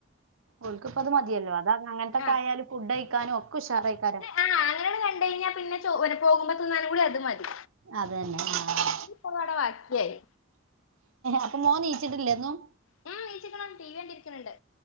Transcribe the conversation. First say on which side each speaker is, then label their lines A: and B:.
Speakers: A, on the right (about 90°); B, on the left (about 80°).
A: ഓൽക്ക്പത് മതിഅല്ലോ അത അങ്ങൻത്തെക്ക
B: ആ
A: ആയാല് ഫുഡ്ഴിക്കാനും ഒക്കെ ഉഷാറയ്ക്കാരം
B: ആഹ് അങ്ങനാണ് കണ്ട കഴിഞ്ഞാ പിന്നെ ചോ പോകുമ്പോ തിന്നാനു കൂടി അത് മതി.
A: അതെന്നെ ആഹ്
B: പ്പൊ വടെ വാക്ക്യായ്.
A: അപ്പൊ മോ ണീച്ചിട്ടില്ലെന്നും
B: മ് ണീച്ക്ണ് ടി വി കണ്ടിരിക്ക്‌ണ് ണ്ട്